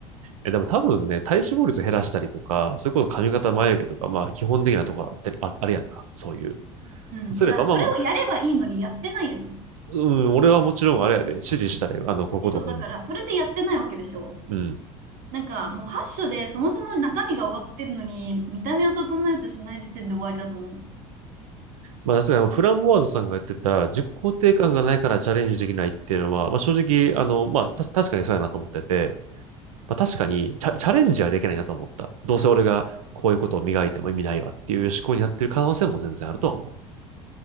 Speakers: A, on the right; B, on the right.
A: え、でも多分ね、体脂肪率減らしたりとか、そういうこと髪型眉毛とか、まあ基本的なところあって、
B: うん。
A: あ、あるやんか。そういう。
B: うん。
A: すれば、
B: え、だからそれをやればいいのにやってないじゃん。
A: まあまあ、うん、俺はもちろんあれやで、指示したね。あの、こことこの。
B: え、そう、だからそれでやってないわけでしょ。
A: うん。
B: なんかもう8章でそもそも中身が終わってるのに見た目を整えようとしない時点で終わりだと思う
A: まあ、さすがにフランボワーズさんが言ってた、自己肯定感がないからチャレンジできないっていうのは、まあ、正直、あの、まあ、た、確かにそうやなと思ってて、まあ、確かにチャ、チャレンジはできないなと思った。どうせ俺がこういうことを磨いても意味ないわっていう思考になってる可能性も全然あるとは思